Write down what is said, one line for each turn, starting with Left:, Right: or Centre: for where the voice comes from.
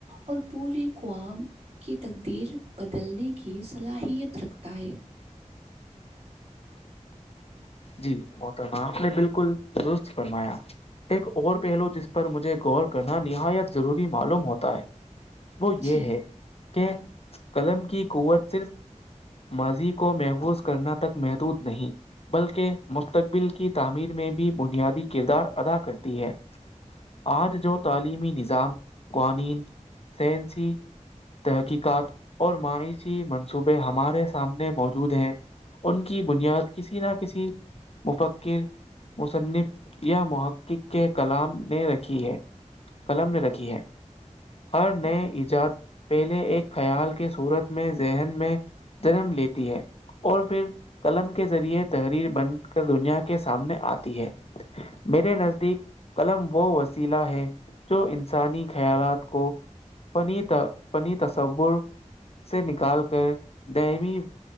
Right: اور پورے کووام کی تقدیر بدلنے کی صلاحیت رکھتا ہے <inaudible> <inaudible>
Left: جی متر آپ نے بالکل درست فرمایا ایک اور پہلو جس پر مجھے غور کرنا نہایت ضروری معلوم ہوتا ہے وہ یہ
Right: جی
Left: ہے کہ قلم کی قوت صرف ماضی کو محفوظ کرنا تک محدود نہیں بلکہ مستقبل کی تعمیر میں بھی بنیادی کردار ادا کرتی ہے آج جو تعلیمی نظام قوانین سنسی تحقیقات اور معایشی منصوبے ہمارے سامنے موجود ہیں ان کی بنیاد کسی نہ کسی مفکر مصنف یا محقق کے کلام نے رکھی ہے قلم نے رکھی ہے ہر نئے ایجاد پہلے ایک خیال کے صورت میں ذہن میں جنم لیتی ہے اور پھر قلم کے ذریعے تحریر بن کر دنیا کے سامنے آتی ہے میرے نزدیک قلم و وسیلا ہے جو انسانی خیالات کو فنی فنی تصور سے نکال کر دوی